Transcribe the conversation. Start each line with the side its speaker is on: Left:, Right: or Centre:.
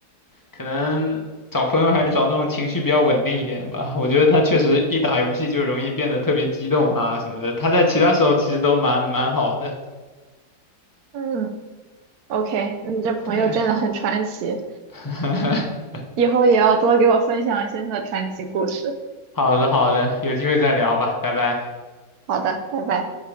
Left: 可能找朋友还是找那种情绪比较稳定一点吧。我觉得他确实一打游戏就容易变得特别激动啊什么的，他在其他时候其实都蛮蛮好的。
Right: 嗯，OK，你这朋友真的很传奇，
Left: 对，<laughs>
Right: 以后也要多给我分享一些他的传奇故事。
Left: 好的好的，有机会再聊吧，拜拜。
Right: 好的，拜拜。